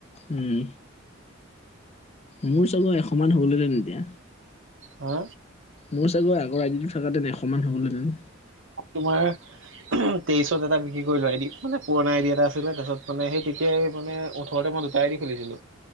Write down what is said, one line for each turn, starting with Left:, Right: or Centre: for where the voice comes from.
Left: উম মোৰ চাগৈ এশ মান হল হেতেন এতিয়া
Right: হা
Left: মোৰ চাগৈ আগৰ আইডীটো থাকাহেতেন এশমান হ'লহেতেন
Right: তোমাৰ উম তেইছত এটা বিক্ৰী কৰিলোঁ আই ডি মানে পুৰণা আই ডি এটা আছিলে তাৰপাছ মানে সেই তেতিয়াই মানে ওঠৰতে মই দু দুটা আই ডি খুলিছিলো